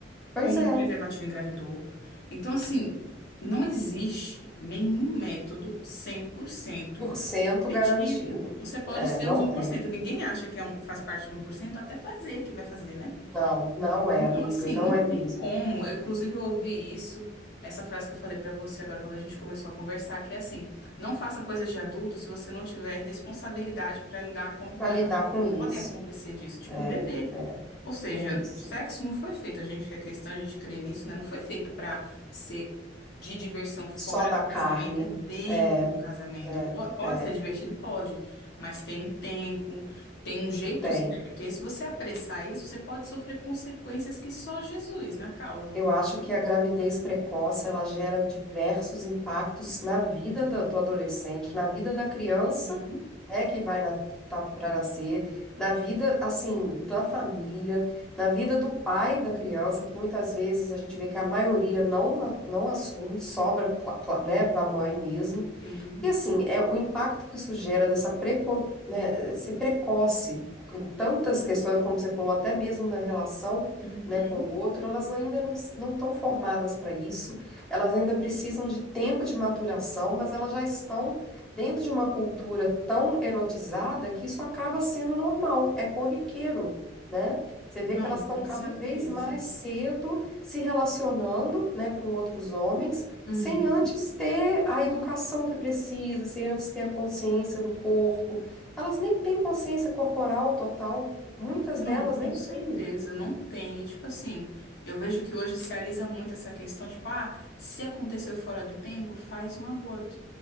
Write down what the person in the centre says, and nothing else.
Pois
é.
Por cento
garantido.
É,
não
tem.
Não, não é,
amiga,
não
é mesmo.
Vai
lidar
com
isso.
É,
é,
é isso.
Só da
carne.
É,
é,
é.
Tem.
Eu acho que a gravidez precoce ela gera diversos impactos na vida do, do adolescente, na vida da criança,
né, que vai na, que tá para nascer, na vida assim da família, na vida do pai da criança, que muitas vezes a gente vê que a maioria não a- não assume, sobra, cla- cla- né, para a mãe mesmo.
E assim, é o impacto que isso gera dessa preco, né, ser precoce em tantas questões, como você falou, até mesmo na relação,
né, com o outro, elas ainda não não estão formadas para isso, elas ainda precisam de tempo de maturação, mas elas já estão dentro de uma cultura tão erotizada que isso acaba sendo normal, é corriqueiro, né? Você vê
que elas estão
cada
vez mais cedo se relacionando, né, com outros homens
sem antes ter a educação que precisa, sem antes ter a consciência do corpo. Elas nem têm consciência corporal total, muitas
delas
nem
têm.